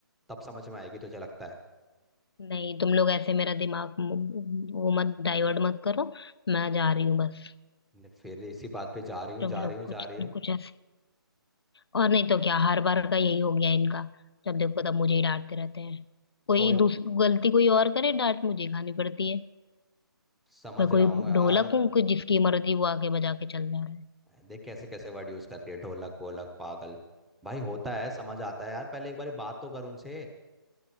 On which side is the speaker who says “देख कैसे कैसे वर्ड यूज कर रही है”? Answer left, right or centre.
Centre